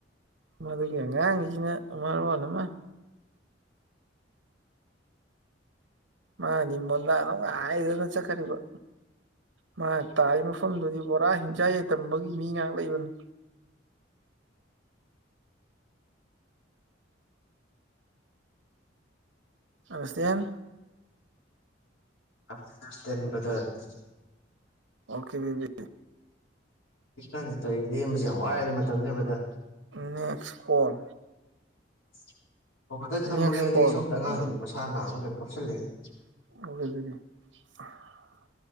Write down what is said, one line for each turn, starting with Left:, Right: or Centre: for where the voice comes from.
Right: ꯃꯗꯨꯒꯤ ꯑꯉꯥꯡꯒꯤꯁꯤꯅ ꯃꯔꯣꯟ ꯑꯃ ꯃꯥꯗꯤ ꯃꯣꯟꯗꯥ ꯅꯨꯡꯉꯥꯏꯗꯅ ꯆꯠꯈ꯭ꯔꯤꯕ ꯃꯥꯅ ꯇꯥꯔꯤ ꯃꯐꯝꯗꯨꯗꯤ ꯄꯨꯔꯥ ꯍꯤꯡꯆꯥꯏ ꯌꯥꯏꯇꯝꯕꯒꯤ ꯃꯤ ꯉꯥꯛ ꯂꯩꯕꯅꯤ ꯑꯟꯗꯁꯇꯦꯟ
Left: <unintelligible>
Right: ꯑꯣꯀꯦ ꯕꯦꯕꯤ
Left: <unintelligible> ꯂꯦꯝꯕꯁꯤ ꯌꯥꯝ ꯋꯥꯔꯦꯗ ꯃꯇꯝꯁꯤ ꯕꯗꯔ
Right: ꯅꯦꯛꯁ ꯀꯣꯜ
Left: <unintelligible> ꯍꯣ ꯕꯥꯗꯔ ꯊꯝꯃꯒꯦ
Right: ꯅꯦꯛꯁ
Left: ꯑꯗꯨꯗꯤ
Right: ꯀꯣꯜ
Left: ꯁꯣꯝꯗ ꯑꯉꯥꯡ
Right: ꯎꯝ
Left: ꯅꯨꯕꯤ ꯃꯁꯥ ꯅꯥꯕ ꯀꯩꯅꯣ <unintelligible>
Right: <unintelligible>